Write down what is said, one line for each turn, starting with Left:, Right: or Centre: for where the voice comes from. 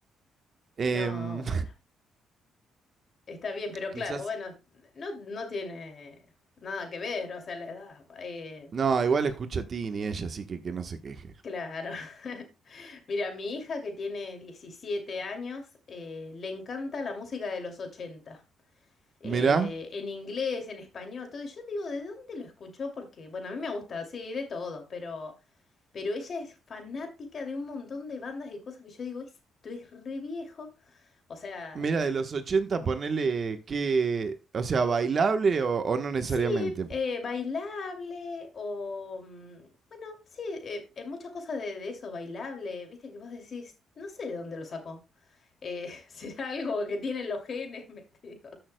Right: em,
Left: No, bueno, está bien, pero
Right: quizás...
Left: claro, bueno, no, no tiene nada que ver, o sea, la edad. eh,
Right: No, igual escucha a Tini ella, así que que no se queje.
Left: claro. <laughs> Mira, mi hija que tiene diecisiete años, eh, le encanta la música de los 80 eh,
Right: Mirá,
Left: en inglés, en español, todo. Y yo digo, ¿de dónde lo escuchó? Porque, bueno, a mí me gusta, sí, de todo, pero... Pero ella es fanática de un montón de bandas y cosas que yo digo, esto es re viejo. O sea,
Right: mira, de los 80 ponele que... O sea, bailable o, o no necesariamente.
Left: sí, eh, bailable o... mm, Bueno, sí, eh, eh, muchas cosas de, de eso, bailable. Viste que vos decís, no sé de dónde lo sacó. eh, <laughs> será algo que tienen los genes, <laughs> me- digo.